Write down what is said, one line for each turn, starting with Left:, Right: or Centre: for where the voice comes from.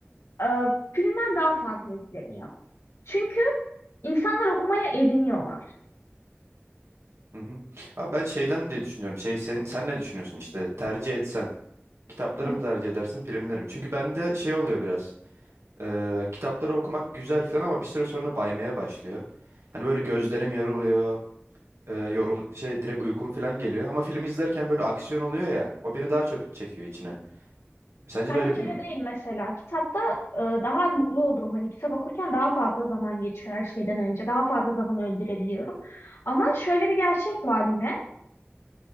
Left: e, filmler daha fazla izleniyor. Çünkü insanlar okumaya eriniyorlar.
Right: Hı hı. Abi ben şeyden diye düşünüyorum. Şey sen sen ne düşünüyorsun işte tercih etsen kitapları
Left: Hı.
Right: mı tercih edersin filmleri mi? Çünkü bende şey oluyor biraz. E, kitapları okumak güzel falan ama bir süre sonra baymaya başlıyor. Hani böyle gözlerim yoruluyor. e, yorul şey direkt uykum falan geliyor. Ama film izlerken böyle aksiyon oluyor ya. O beni daha çok çekiyor içine. Sence
Left: Bende
Right: de öyle
Left: de
Right: değil
Left: öyle
Right: mi?
Left: değil mesela. Kitapta e, daha mutlu olurum. Hani kitap okurken daha fazla zaman geçiyor her şeyden önce. Daha fazla zaman öldürebiliyorum. Ama şöyle bir gerçek var yine.